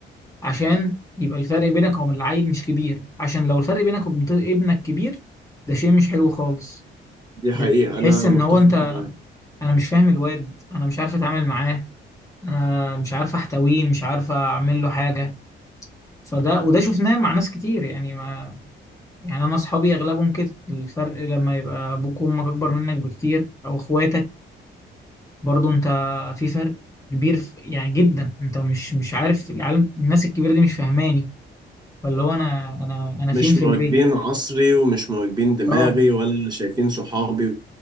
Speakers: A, on the left; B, on the right.
A: عشان يبقى الفرق بينك وبين العيل مش كبير عشان لو الفرق بينك وبين ط- ابنك كبير ده شيء مش حلو خالص
B: دي حقيقة
A: بتحس
B: انا
A: ان
B: متفق
A: هو انت
B: معاك
A: انا مش فاهم الواد انا مش عارف اتعامل معاه انا مش عارف احتويه مش عارف اعمل له حاجه فده وده شفناه مع ناس كتير يعني ما يعني انا اصحابي اغلبهم كده الفرق لما يبقى ابوك وامك اكبر منك بكتير او اخواتك برضو انت في فرق كبير في يعني جدا انت مش مش عارف العالم الناس الكبيره دي مش فاهماني فاللي هو انا انا انا
B: مش
A: فين في
B: مواكبين
A: البيت
B: عصري ومش مواكبين دماغي
A: اه
B: ولا شايفين صحابي